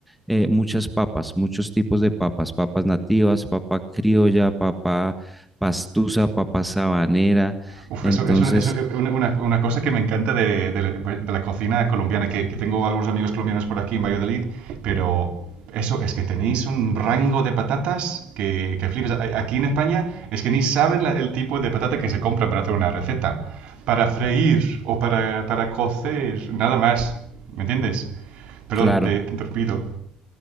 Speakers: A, in the centre; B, on the right.
A: eh, muchas papas, muchos tipos de papas, papas nativas, papa criolla, papa pastusa, papa sabanera.
B: Uf,
A: Entonces,
B: eso es una, una- una cosa que me encanta de, de la- de la cocina colombiana, que, que tengo algunos amigos colombianos por aquí en Valladolid, pero eso es que tenéis un rango de patatas que, que flipas. A- Aquí en España es que ni saben la- el tipo de patata que se compra para hacer una receta, para freír o para, para cocer, nada más, ¿me entiendes? Perdón,
A: claro.
B: te, te interrumpido.